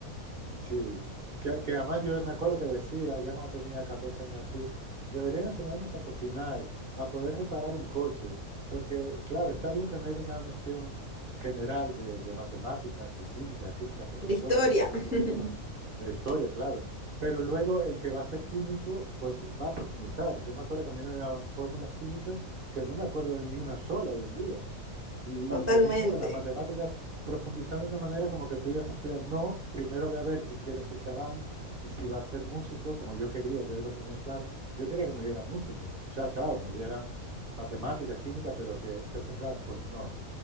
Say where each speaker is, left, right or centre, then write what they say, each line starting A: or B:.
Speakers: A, on the right (about 45°); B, on the right (about 20°).
A: Sí, que, que además yo me acuerdo que decía, ya cuando tenía 14 años así, deberían enseñarnos a cocinar, a poder reparar un coche, porque claro, está bien tener una noción general de, de matemáticas, de química, de física, por
B: De
A: supuesto,
B: historia,
A: no estoy
B: <laughs>
A: diciendo que no, de historia, claro, pero luego el que va a ser químico, pues va a profundizar. Yo me acuerdo que a mí me daban fórmulas químicas que no me acuerdo de ni una sola hoy en día. Y, y
B: totalmente.
A: lo mismo con las matemáticas, profundizando de una manera como que tú ibas a estudiar. No, primero voy a ver qué quiere ese chaval y si va a ser músico, como yo quería, ya yo lo tenía claro. Yo quería que me dieran música. O sea, claro, me dieran matemática, química, pero que se centraran. Pues no.